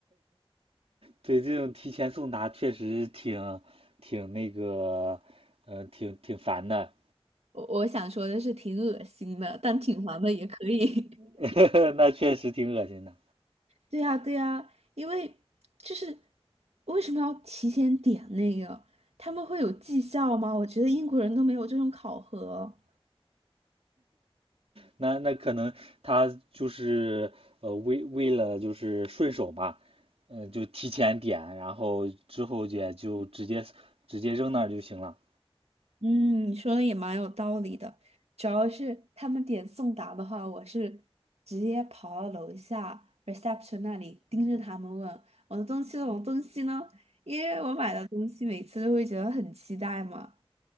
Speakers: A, on the right; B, on the right.
A: 对，这种提前送达确实挺挺那个，呃，挺挺烦的，
B: 我我想说的是挺恶心的，但挺烦的也可以。<laughs>
A: <laughs> 那确实挺恶心的。
B: 对呀，对呀，因为就是为什么要提前点那个？他们会有绩效吗？我觉得英国人都没有这种考核。
A: 那那可能他就是呃为为了就是顺手嘛，嗯、就提前点，然后之后也就直接直接扔那儿就行了。
B: 嗯，你说的也蛮有道理的。主要是他们点送达的话，我是直接跑到楼下 reception 那里盯着他们问我的东西了我的东西呢？因为我买的东西每次都会觉得很期待嘛，